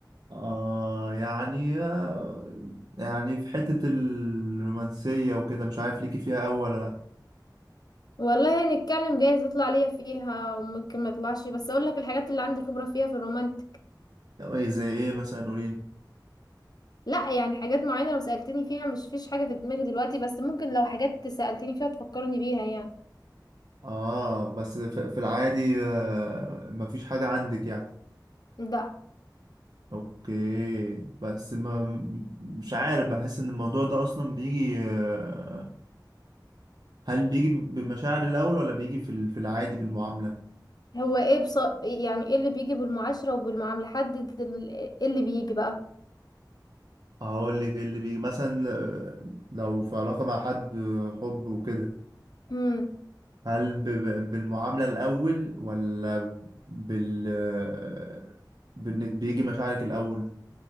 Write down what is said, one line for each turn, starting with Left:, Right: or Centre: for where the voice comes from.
Right: آه يعني آه، يعني في حته الرومانسيه وكده مش عارف ليكي فيها أوي ولا لا
Left: والله هنتكلم جايز يطلع ليا فيها وممكن ما يطلعش بس اقول لك الحاجات اللي عندي خبرة فيها في الرومانتك
Right: طب ايه زي ايه مثلا قوليلي
Left: لا يعني حاجات معينة لو سألتني فيها مش فيش حاجة في دماغي دلوقتي بس ممكن لو حاجات سألتني فيها تفكرني بيها يعني
Right: اه بس في في العادي آه، مفيش حاجه عندك يعني
Left: لا
Right: اوكي بس ما مش عارف بحس ان الموضوع ده اصلا بيجي آه، هل بيجي بمشاعر الاول ولا بيجي في ال- في العادي بالمعامله
Left: هو ايه بص... يعني ايه اللي بيجي بالمعاشرة وبالمعاملة حدد ال- ايه اللي بيجي
Right: اقول لك إيه اللي بيجي مثلا آه، لو في علاقه مع حد آه، حب وكده
Left: بقى
Right: هل ب- ب- بالمعامله الاول ولا بال آه، بانك بيجي مشاعرك الاول